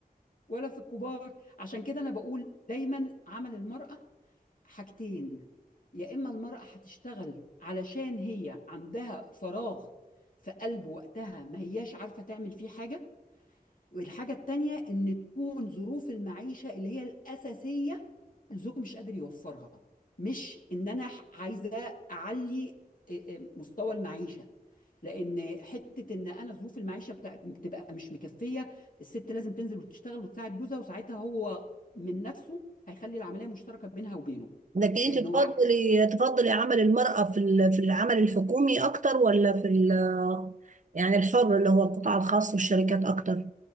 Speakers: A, on the left; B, on the right.
A: ولا في الكبار عشان كده انا بقول دايما عمل المراه حاجتين يا اما المراه هتشتغل علشان هي عندها فراغ في قلب وقتها ما هياش عارفه تعمل فيه حاجه والحاجة التانية إن تكون ظروف المعيشة اللي هي الأساسية الزوج مش قادر يوفرها مش إن أنا ح- عايزة أعلي إ- إ- مستوى المعيشة لأن حتة إن أنا ظروف المعيشة بتاع- بتبقى مش مكفية الست لازم تنزل وتشتغل وتساعد جوزها وساعتها هو من نفسه هيخلي العملية مشتركة بينها وبينه
B: لكن أنت
A: لأن هو
B: تفضلي تفضلي عمل المرأة في ال- في العمل الحكومي أكتر ولا في ال- يعني الحر اللي هو القطاع الخاص والشركات أكتر